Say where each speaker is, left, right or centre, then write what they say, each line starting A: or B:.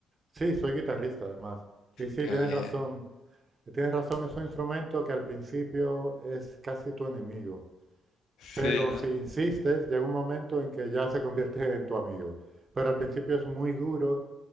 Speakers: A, on the right; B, on the left.
A: Sí, soy guitarrista además. Y sí,
B: Qué
A: tienes
B: bien.
A: razón. Tienes razón, es un instrumento que al principio es casi tu enemigo.
B: Sí,
A: Pero
B: ¿no?
A: si insistes, llega un momento en que ya se convierte en tu amigo. Pero al principio es muy duro